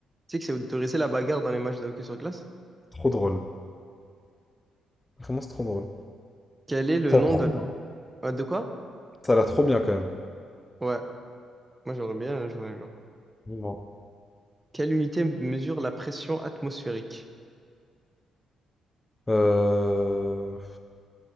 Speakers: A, on the right; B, on the left.
A: Tu sais que c'est autorisé la bagarre dans les matchs de hockey sur glace?
B: Trop drôle. Vraiment, c'est trop drôle.
A: Quel est le
B: Ça
A: nom
B: a l'air trop
A: de...
B: bien.
A: Ah, de quoi?
B: Ça a l'air trop bien quand même.
A: Ouais, moi j'aimerais bien jouer un jour.
B: Bon.
A: Quelle unité mesure la pression atmosphérique?
B: Euh...